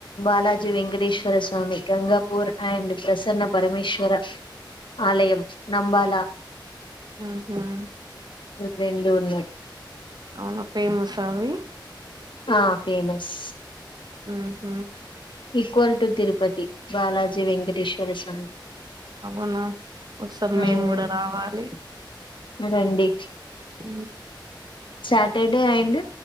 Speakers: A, on the left; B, on the right.
A: బాలాజీ వెంకటేశ్వర స్వామి గంగా పూర్ అండ్ ప్రసన్న పరమేశ్వర ఆలయం నంబాలా
B: ఆహా
A: తిరువెంగళూరుని
B: అవును ఫేమస్ ఆ అవి
A: ఆ ఫేమస్
B: ఆ హ
A: ఈక్వల్ టు తిరుపతి బాలాజీ వెంకటేశ్వర స్వామి
B: అవునా ఒకసారి మేము
A: మ్మ్
B: కూడా రావాలి
A: రండి
B: అ
A: సాటర్డే అండ్